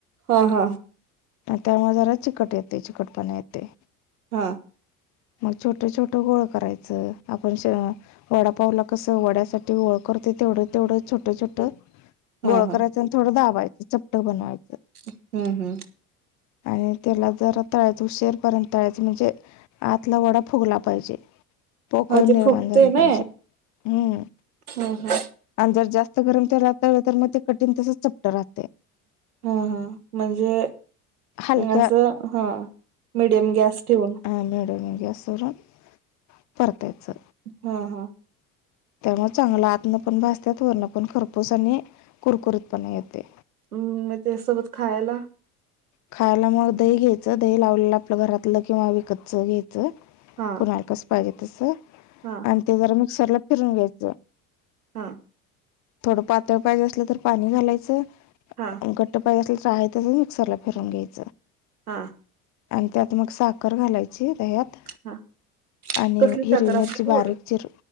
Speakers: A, on the right; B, on the left.
A: हा हा.
B: त्यामुळे जरा चिकट येते चिकटपणा येते
A: हा.
B: मग छोट छोटं गोळ करायचं आपण वडापावला कसं वड्यासाठी गळ करते तेवढं तेवढं छोटं छोट
A: हा
B: गोळ करायचं
A: हा
B: आणि थोडं दाबायचं चपट बनवायचं
A: हम्म हम्म,
B: आणि त्याला जर तळायच उशीरपर्यंत तळायचं म्हणजे आतला वडा फुगला पाहिजे पोकळून
A: हा ते
B: निर्माण
A: फुगते
B: झाली पाहिजे
A: ना
B: हम्म
A: हा हा
B: आणि जर जास्त गरम तेला आ तर मग ते कठीण तस चप्ट राहते,
A: हम हा म्हणजे
B: हलक्या
A: असं हा मीडियम गॅस ठेवून
B: हा मिडीयम गॅसवरून परतायचं,
A: हा हा,
B: त्यामुळे चांगलं आतनं पण भासते वरणं पण खरपूस आणि कुरकुरीत पण येते
A: हम् म त्या सोबत खायला
B: खायला मग दही घ्यायचं दही लावलेलं आपलं घरातलं किंवा विकतच घ्यायचं
A: हा
B: कुणाला कसं पाहिजे तसं
A: हा.
B: आणि ते जरा मिक्सरला फिरून घ्यायचं,
A: हां.
B: थोडं पातळ पाहिजे असलं तर पाणी घालायचं
A: हा.
B: घट्ट पाय असल तर आहेहच मिक्सरला फिरून घ्यायचं
A: हा.
B: आणि त्यात मग साख साकर घालायची दह्यात
A: हा
B: आणि
A: कसली
B: हिरवी
A: साखर
B: मिरची
A: आपली गोड
B: बारीक चिर